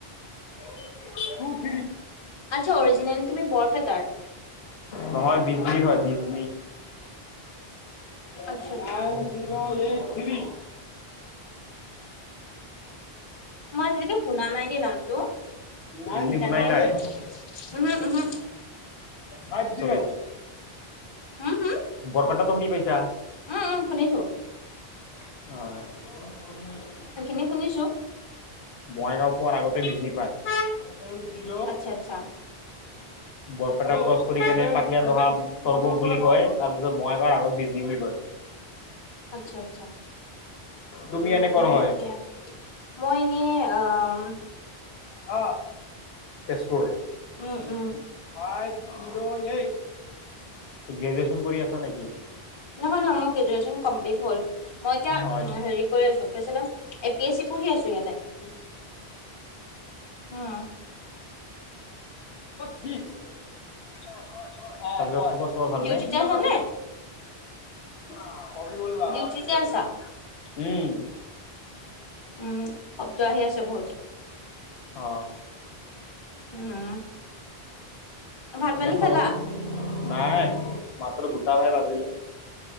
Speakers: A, on the left; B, on the left.
A: <unintelligible>
B: আচ্ছা অৰিজিনেল তুমি বৰপেটাৰ?
A: নহয়, বিজনিৰ হয় বিজনি। Zero
B: আচ্ছা আচ্ছা।
A: eight three.
B: মই আজিলৈকে শুনা নাই দেই নামটো,
A: বিজনী
B: সেইকাৰণেহে
A: শুনাই নাই
B: সুধিছো। উমহো উমহো।
A: ফাইপ জিৰ',
B: উম হু
A: বৰপেটাটো শুনি পাইছা?
B: উম উম শুনিছোঁ।
A: অহ।
B: শুনিছোঁ
A: বঙাইগাঁও পোৱাৰ আগতে বিজনী পাই। চেভেন জিৰ'
B: আচ্ছা আচ্ছা। <unintelligible>
A: বৰপেটা ক্ৰছ কৰি কেনে পাটলা ধহা স্বৰগম বুলি কয় তাৰপিছত বঙাইগাঁৱৰ আগত বিজনী বুলি কয়।
B: আচ্ছা আচ্ছা।
A: তুমি এনে কৰ হয়?
B: অ, মই এনেই আ উম
A: অ, তেজপুৰ।
B: উম উম
A: ফাইভ জিৰ' এইট, গ্ৰেজুৱেচন কৰি আছা নেকি?
B: নহয় নহয় মোৰ গ্ৰেজুৱেচন কমপ্লিট হ'ল। মই এতিয়া
A: অ
B: উম হেৰী কৰি আছোঁ কি আছিলে এ পি এচি পঢ়ি আছোঁ ইয়াতে।
A: <unintelligible> <unintelligible>
B: উম
A: ছিক্স <unintelligible>
B: ডিউটিতে আছা নে?
A: <unintelligible>
B: ডিউটিতে আছা?
A: উম
B: উম শব্দ আহি আছে বহুতো
A: অ
B: উম ভাত পানী
A: দেখাবচোন
B: খালা
A: নাই মাত্ৰ দুটাহে বাজিলে